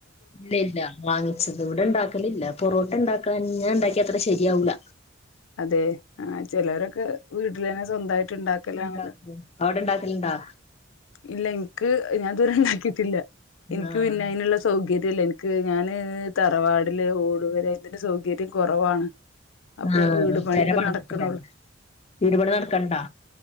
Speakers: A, on the left; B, on the left.
A: ഇല്ല ഇല്ല വാങ്ങിച്ചത് ഇവിടെ ഇണ്ടാക്കലില്ല പൊറോട്ട ഉണ്ടാക്കാ ഞാൻ ഉണ്ടാക്കി അത്ര ശരിയാവൂല
B: അതെ ആ ചിലവരൊക്കെ വീട്ടില തന്നെ സ്വന്തമായി ണ്ടാക്കലാണല്ലോ
A: ഉണ്ടാക്കും അവിടെ ഇണ്ടാക്കലുണ്ടാ
B: ഇല്ല എനിക്ക് ഞാൻ ഇത് വരെ ഉണ്ടാക്കി ട്ടില്ല എനിക്ക്
A: ആഹ്
B: പിന്നെ അതിനുള്ള സൗകര്യ ല്ല എനിക്ക് ഞാന് തറവാടില് ഓടുപെ രെ തി ന് സൗകര്യം കുറവാണ് അപ്പൊ
A: ആഹ്
B: വീട് പണിയൊക്കെ
A: പെര പണിതിട്ടുണ്ടല്ലേ
B: നടക്കണള്ളു
A: വീട് പണി നടക്കണ്ടാ